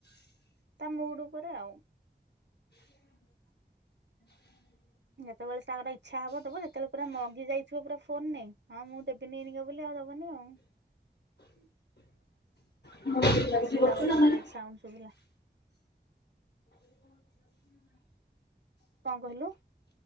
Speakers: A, on the right (about 75°); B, on the left (about 65°).
A: ତା ମୁଡ ଉପରେ ଆଉ। ଯେତେବେଳେ ତାର ଇଛା ହବ ଦବ ସେତେବେଳେ ପୁରା ମଗି ଯାଇଥିବ ପୁରା ଫୋନ ନେଇ ହଁ ମୁଁ ତେବେ ନେଇନିକା ବୋଲି ଆଉ ଦବନି ଆଉ।
B: ରଜରେ
A: ଆସିଲା
B: ପିଠା ପୁଠି
A: ବୋଧେ
B: କଣ ନା ନାଇଁ?
A: ଗେଟ୍ ସାଉଣ୍ଡ ଶୁଭିଲା। କଣ କହିଲୁ?